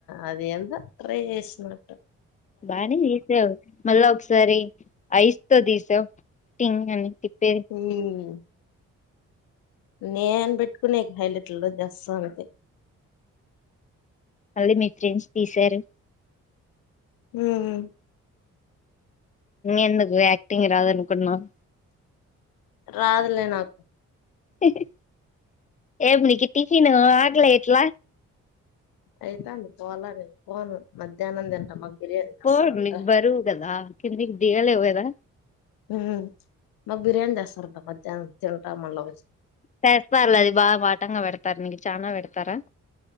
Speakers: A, on the left; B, on the left.
A: అది ఎంత ట్రై చేసినట్లు.
B: బానే తీసావ్. మళ్లా ఒకసారి. ఐస్‌తో తీసావ్ టింగ్ అని. తిప్పేది
A: ఉమ్ నేనూ పెట్టుకునే హైలైట్ర్లో జస్ అంతే.
B: మళ్ళీ మీ చైన్స్ తీశారు.
A: ఊమ్.
B: ఎందుకు యాక్టింగ్ రాదనుకున్నవ్.
A: రాదులే నాకు.
B: ఉహ్ హ్ ఏం నీకి టిఫిన్ ను ఆకలేయట్లే.
A: అయితడంది పోలరె పోను మధ్య. ఏమని తింటం మాకు బిర్యాని
B: పో
A: అస్సలు అంట.
B: నీకు బరువు కదా కిందికి దిగాలేవు గదా.
A: ఊమ్ మాకు బిర్యానీ తెస్తారు అంట మధ్యాహ్నం తింట మల్ల పోయి.
B: తెస్తారు లే అది బాగా బాటంగా పెడతారు నీకు. చానా పెడతారా.